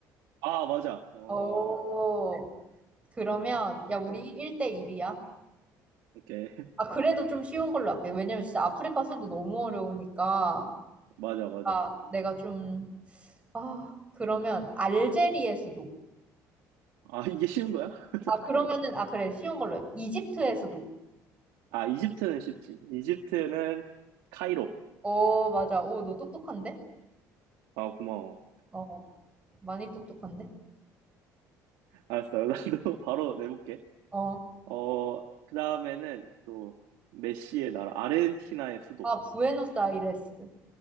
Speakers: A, on the right; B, on the right.
A: 아, 맞아. 어.
B: 어. 그러면, 야,
A: 오케이.
B: 우리 1대1이야.
A: 오케이. <laughs>
B: 아, 그래도 좀 쉬운 걸로 할게. 왜냐면 진짜 아프리카 수도 너무 어려우니까.
A: 맞아, 맞아.
B: 아, 내가 좀, 아, 그러면 알제리의 수도.
A: 아, 이게 쉬운 거야? <laughs> 잠깐만.
B: 아, 그러면은, 아, 그래, 쉬운 걸로 해. 이집트의 수도.
A: 아, 이집트는 쉽지. 이집트는 카이로.
B: 어, 맞아. 오, 너 똑똑한데?
A: 아, 고마워.
B: 어, 많이 똑똑한데?
A: 알았어. 나도 <laughs> 바로 내볼게.
B: 어.
A: 어, 그 다음에는 또 메시의 나라 아르헨티나의 수도.
B: 아, 부에노스아이레스.